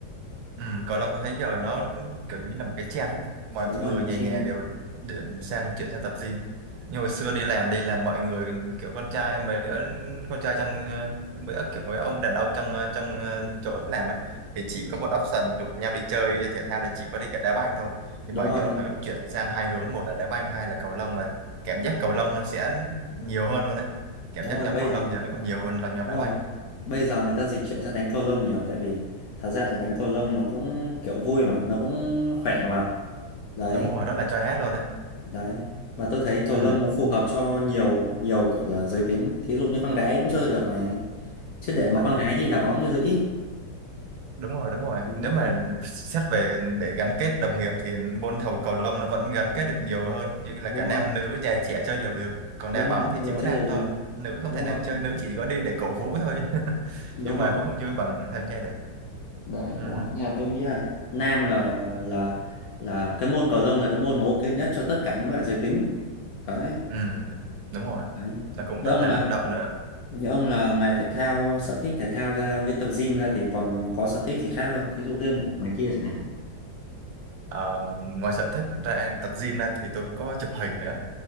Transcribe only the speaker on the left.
đúng rồi
nó
chen
Ôi.
đúng
rồi
đúng
rồi
bây
giờ
đúng
rồi
bây giờ người ta dịch chuyển sang đánh cầu lông nhiều tại vì thật ra là đánh cầu lông nó cũng kiểu vui mà nó cũng khỏe mà đấy
đấy mà tôi thấy cầu
lông nó phù hợp cho nhiều nhiều kiểu là giới tính thí dụ như con gái cũng chơi được này chứ để mà
con gái đi đá bóng thì hơi ít
Đó,
đúng
rồi
đúng
rồi mọi
người
chơi
đều được
đúng
rồi
đúng
rồi
đấy
đúng rồi nhưng mà tôi nghĩ là nam là là là cái môn cầu lông là cái môn mà ok nhất cho tất cả những loại giới tính đấy
đấy
như
ông
là
như ông là ngoài thể thao sở thích thể thao ra với tập gym ra thì còn có sở thích gì khác không thí dụ game của này kia chẳng hạn